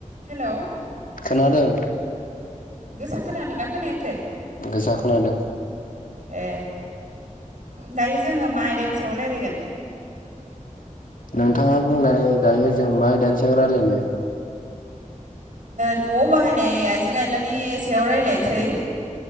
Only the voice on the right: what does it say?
हेल'
गोसा खोनादों ना खोनायाखै
ए दायो जोङो मा आयदानि सायाव रायज्लायगोन।
न'आव बाहायनाय आइजें आइलानि सायाव रायज्लायनोसै